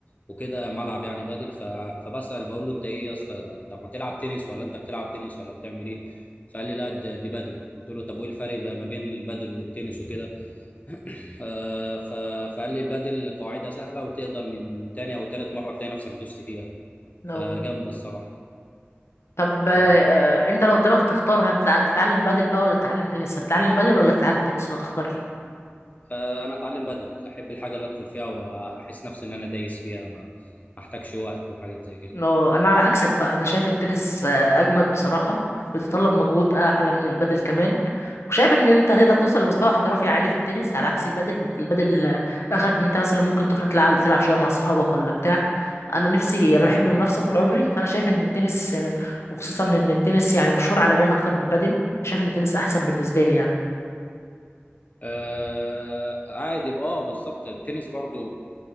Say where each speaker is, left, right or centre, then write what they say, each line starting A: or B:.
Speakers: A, on the left; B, on the left.
A: وكده ملعب يعني بادل ف... فبسأل بقول له انت ايه يا اسطى طب ما تلعب تنس ولا انت بتلعب تنس ولا بتعمل ايه فقال لي لا ده- دي بادل قلت له طب وايه الفرق بقى ما بين البادل والتنس وكده <clears throat> آه، ف... فقال لي البادل قواعدها سهله وتقدر من تاني او تالت مره تلاقي نفسك دوست فيها
B: لو
A: فجامده الصراحه
B: طب
A: ف...
B: آه، انت لو قدامك تختار هت- هتتعلم بادل بقى ولا تتعلم تنس هتتعلم بادل ولا تتعلم تنس ولا تختار ايه
A: آه، انا اتعلم بدل احب الحاجه اللي ادخل فيها واحس نفسي ان انا دايس فيها ما ما احتاجش وقت وحاجات زي كده
B: اه انا على عكسك بقى انا شايف التنس آه، اجمد بصراحة بيتطلب مجهود اعلى من البادل كمان وشايف ان انت هتقدر توصل لمستوى احترافي عالي في التنس على عكس البادل انت البادل آه، اخرك ان انت مثلا ممكن تخرج تلعب تلعب شوية مع اصحابك ولا بتاع انا نفسي انا بحب المنافسة طول عمري فانا شايف ان التنس آه، وخصوصا ان التنس يعني مشهور عالميا اكتر من البادل شايف ان التنس احسن بالنسبة لي يعني
A: آه عادي بقى اه بالظبط التنس برضو